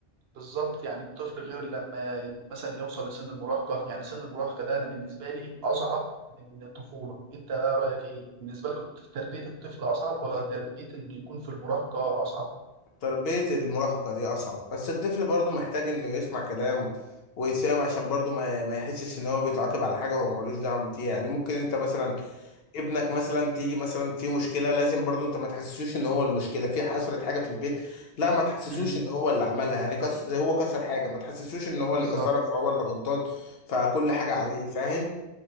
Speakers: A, on the right (about 65°); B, on the left (about 60°).
A: بالظبط يعني الطفل غير لما مثلا يوصل لسن المراهقه يعني سن المراهقه ده انا بالنسبه لي اصعب من الطفوله انت بقى رايك ايه بالنسبه لك الط- تربيه الطفل اصعب ولا تربيه انه يكون في المراهقه اصعب
B: تربية المراهقة دي أصعب بس الطفل برضه محتاج إنه يسمع كلام ويتفهم عشان برضه ما, ما يحسش إن هو بيتعاقب على حاجة هو ملوش دعم فيها يعني ممكن أنت مثلا ابنك مثلا تيجي مثلا في مشكلة لازم برضه أنت ما تحسسوش إن هو المشكلة في حصلت حاجة في البيت لا ما تحسسوش
A: مم.
B: إن هو اللي عملها يعني كس... زي هو كسر حاجة ما تحسسوش إن هو
A: بالظبط
B: اللي كسرها فهو اللي غلطان فكل
A: بالظبط
B: حاجة عليه فاهم